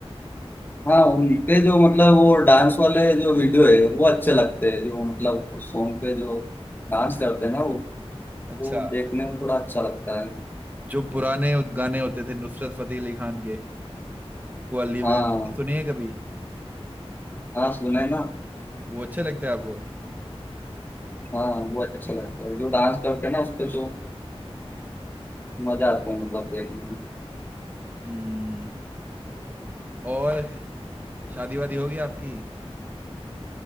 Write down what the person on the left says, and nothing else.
हाँ उनके जो मतलब वो डांस वाले जो वीडियो है वो अच्छे लगते हैं जो मतलब सॉन्ग पे जो डांस करते हैं ना वो
वो देखने में थोड़ा अच्छा लगता है
हाँ
हाँ सुने ना
हाँ वो अच्छा लगता है जो डांस करते हैं ना उस पे जो मजा आता है मतलब देखने में